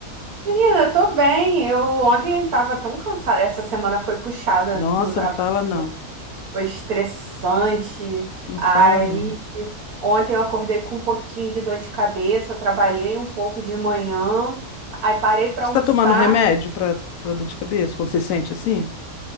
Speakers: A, on the right (about 75°); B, on the left (about 70°).
A: Menina, eu tô bem. Eu ontem tava tão cansada. Essa semana foi puxada
B: Nossa,
A: no trabalho.
B: não fala não,
A: Foi estressante.
B: não
A: Aí
B: fala não.
A: ontem eu acordei com um pouquinho de dor de cabeça. Eu trabalhei um pouco de manhã. Aí parei pra
B: Você
A: almoçar.
B: tá tomando remédio pra, pra dor de cabeça, quando você sente assim?